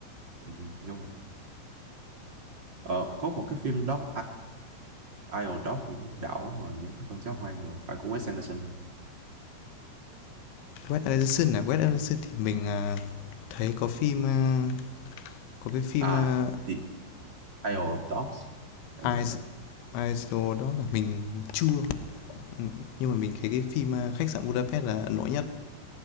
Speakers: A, on the right; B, on the left.
A: ừ, ừ, đúng không? Ờ, có một cái phim Dog Isle Dog thì con đảo rồi nhé con chó hoang rồi phải của Wes Anderson
B: Wes Anderson à? Wes Anderson thì mình, à, thấy có phim, a, có cái phim,
A: à
B: a,
A: The Isle of Dogs em
B: Eyes
A: phải xem
B: Eyes Jewel đó là mình chưa Ừ, nhưng mà mình thấy cái phim, ờ, Khách sạn Budapest là ấn tượng nhất.